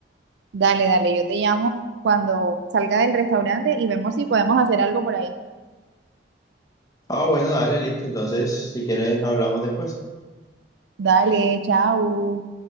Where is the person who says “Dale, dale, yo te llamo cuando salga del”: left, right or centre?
Right